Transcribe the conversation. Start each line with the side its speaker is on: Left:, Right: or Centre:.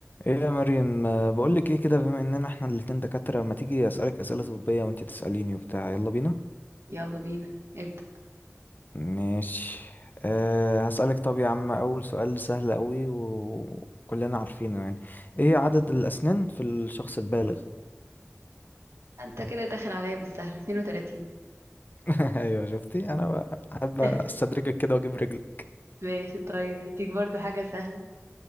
Left: ايه يا مريم آه، بقولك ايه كده بما اننا احنا الاتنين دكاترة ما تيجي اسألك اسئلة طبية وانتي تسأليني وبتاع يلا بينا
Right: يلا بينا ابدأ
Left: ماشي أه هسألك طب يا عم اول سؤال سهل قوي وكلنا عارفينه يعني ايه عدد الاسنان في الشخص البالغ
Right: انت كده داخل عليا بالسهل 32
Left: <laughs> ايوه شفتي انا بحب
Right: <laughs>
Left: استدرجك كده واجيب رجلي
Right: ماشي طيب هديك برضو حاجة سهلة